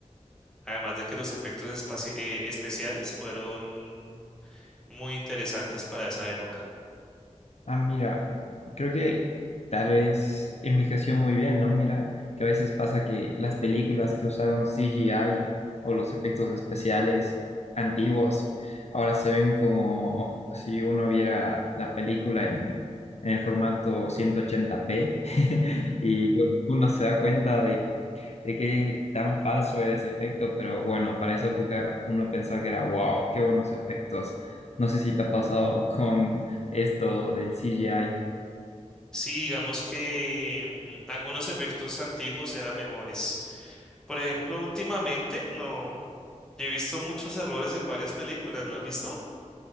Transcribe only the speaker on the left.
Ah, mira, creo que tal vez envejeció muy bien, ¿no? Mira, que a veces pasa que las películas que usaron CGI o los efectos especiales antiguos ahora se ven como si uno viera la película en, en el formato ciento ochenta p <laughs> y uno se da cuenta de de qué tan falso era ese efecto, pero bueno, para esa época uno pensaba que era, wow, qué buenos efectos. No sé si te ha pasado con esto del CGI.